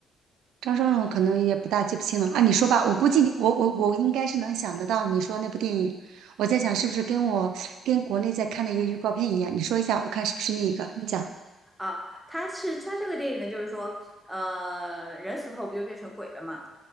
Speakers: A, on the right; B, in the centre.
A: 张松勇可能也不大记不清了啊，你说吧，我估计我我我应该是能想得到你说那部电影，我在想是不是跟我跟国内在看的一个预告片一样，你说一下，我看是不是那个，你讲。
B: 啊，他是他这个电影呢，就是说，呃，人死后不就变成鬼了吗？